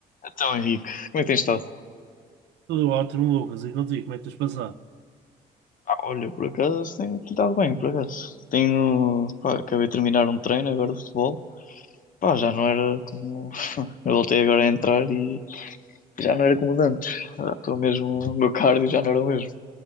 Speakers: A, on the left (about 45°); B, on the right (about 75°).
A: Então, Henrique, como é que tens estado?
B: Tudo ótimo, Lucas. E contigo, como é que tens passado?
A: Ah, olha, por acaso tenho tenho estado bem, por acaso. Tenho, pá, acabei de terminar um treino agora de futebol. Pá, já não era como. <laughs> Eu voltei agora a entrar e já não era como de antes. Ah, Estou mesmo. O meu cardio já não era o mesmo.